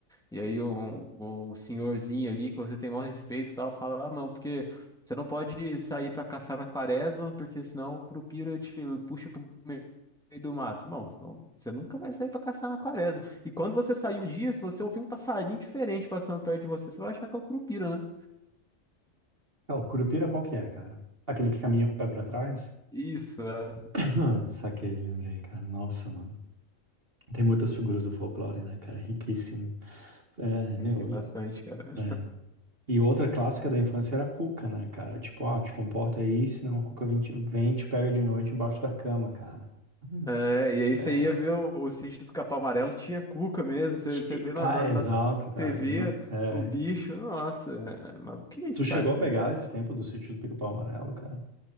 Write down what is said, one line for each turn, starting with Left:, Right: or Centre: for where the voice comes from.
Centre: E aí o, o senhorzinho ali, que você tem maior respeito e tal, fala, ah, não, porque você não pode sair pra caçar na quaresma, porque senão o Curupira te puxa pro meio do mato. Irmão, você não- você nunca vai sair pra caçar na quaresma. E quando você sair um dia, se você ouvir um passarinho diferente passando perto de você, você vai achar que é o Curupira, né?
Right: Ah, o Curupira qual que é, cara? Aquele que caminha com o pé pra trás?
Centre: Isso, é.
Right: Ah, saquei, lembrei, cara. Nossa, mano. Tem muitas figuras do folclore, né, cara? Riquíssimo. É,
Centre: Tem,
Right: meu,
Centre: tem bastante,
Right: e-
Centre: cara.
Right: é. E outra clássica da infância era a cuca, né, cara? Tipo, ó, te comporta aí, senão a cuca vem, te- vem e te pega de noite embaixo da cama, cara. Hum.
Centre: É, e aí você
Right: É,
Centre: ia ver o, o sítio do Pica-Pau Amarelo, tinha cuca mesmo, você, você
Right: e,
Centre: vê
Right: cara,
Centre: na, na,
Right: exato,
Centre: na
Right: cara.
Centre: TV
Right: No- é.
Centre: o bicho, nossa, é, mano, que é isso,
Right: Tu chegou
Centre: cara? Você
Right: a pegar
Centre: fica meio
Right: esse
Centre: chocado.
Right: tempo do sítio do Pica-Pau Amarelo, cara?